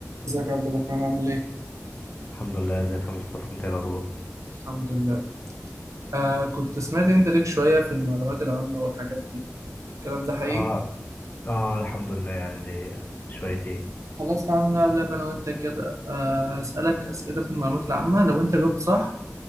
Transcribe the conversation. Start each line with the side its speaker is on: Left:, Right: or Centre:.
Right: ازيك يا عبد الرحمن عامل ايه؟
Left: الحمد لله ازيك يا مصطفى انت ايه الاخبار
Right: الحمد لله آه كنت سمعت انت ليك شوية في المعلومات العامة والحاجات دي الكلام ده حقيقي
Left: اه اه الحمد لله يعني ليه شوية ايه
Right: خلاص تعالى نلعب لعبة انا وانت كده آه هسألك أسئلة في المعلومات العامة لو انت جاوبت صح